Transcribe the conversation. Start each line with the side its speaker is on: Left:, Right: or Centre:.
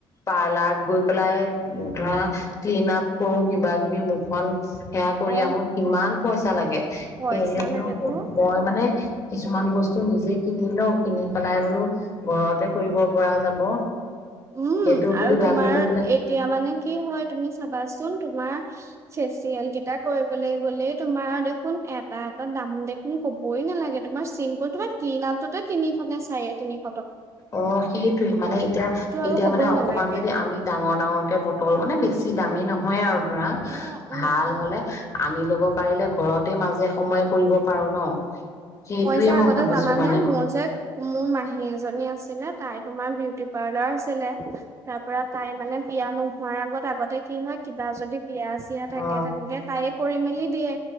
Left: পাৰ্লাৰত গৈ পেলাই। উম, ধৰা ক্লিন আপ কৰো। কিবা কিবি মুখখন হে কৰি
Right: অ
Left: আহো। কিমান পইচা লাগে। সেয়েহে
Right: পইচা
Left: বোলো,
Right: লাগেতো
Left: ম মই মানে কিছুমান বস্তু নিজে কিনি লওঁ। কিনি পেলাই বোলো ঘৰতে কৰিব পৰা যাব।
Right: উম,
Left: সেইটো
Right: আৰু
Left: বুলি
Right: তোমাৰ
Left: ভাবি লৈ পেলাই
Right: এতিয়া মানে কি হয়। তুমি চাবাচোন তোমাৰ ফেচিয়েল কেইটা কৰিবলৈ গ'লে, তোমাৰ দেখোন এটা, এটা দাম দেখি ক'বই নালাগে। তোমাৰ চিম্পুল তোহে কি নামটোতে তিনি খনে চাৰে তিনিখ
Left: অ সেইটোৱে মানে এতিয়া
Right: আৰু
Left: এতিয়া
Right: ক'বই
Left: মানে অকমান
Right: নালাগে।
Left: যদি আমি ডাঙৰ ডাঙৰ কে বটল মানে বেছি <inaudible> দামী নহয় আৰু। ধৰা
Right: উম, উম,
Left: ভাল
Right: উম।
Left: হ'লে আনি ল'ব পাৰিলে ঘৰতে মাজে সময়ে কৰিব পাৰো ন। সেইটোয়ে
Right: মই যে আগতে
Left: ভাবিছো
Right: জানানে
Left: মানে
Right: মোৰ যে মোৰ মাহী এজনী <inaudible> <unintelligible> তাই তোমাৰ বিউটি পাৰ্লাৰ আছিলে তাৰ পৰা তাই মানে বিয়া নোহোৱাৰ আগত আগতে কি হয় কিবা যদি বিয়া চিয়া থাকে
Left: অ
Right: তেনেকে তায়ে কৰি মেলি দিয়ে